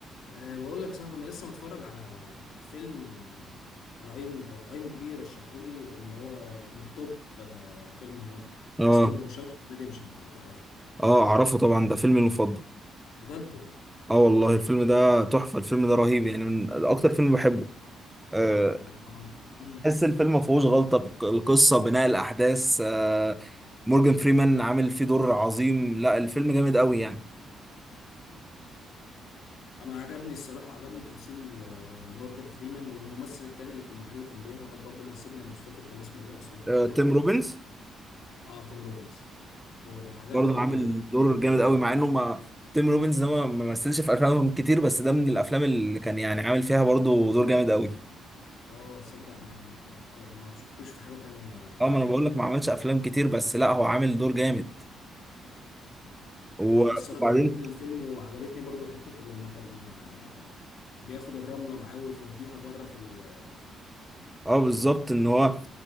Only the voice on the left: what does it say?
أه بقول لك يا صاحبي انا لسه متفرج على فيلم آه، على اي ام اي ام دي بي رشحولي اللي هو كان التوب آه، فيلم هناك
اسمه شاوشانك ريديمشن لو تعرفه
بجد والله
ده انا مم.
أنا عجبني الصراحه عجبني تمثيل آه، مورجان فريمان والممثل التاني اللي كان معاه اللي كان بيهرب برضه من السجن انا مش فاكر كان اسمه ايه اصلا في الحقيقه
اه تيم روبنز هو ده عجبني
برضه
ال...
اه تصدق انا فكر... ما شفتوش في حاجه تانية فعلا
قبل
كده
هو الصراحة عجبني الفيلم وعجبتني برضو حتة لما كان ما- بياخد الرملة معاه ويفضيها بره في ال-